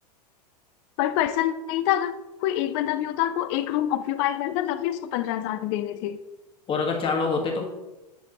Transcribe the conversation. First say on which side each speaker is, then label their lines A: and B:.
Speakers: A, on the left (about 45°); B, on the left (about 25°).
A: पर पर्सन नहीं था अगर कोई एक बंदा भी होता और वो एक रूम ऑक्यूपाई करता तब भी उसको पंद्रह हजार देने थे
B: और अगर चार लोग होते तो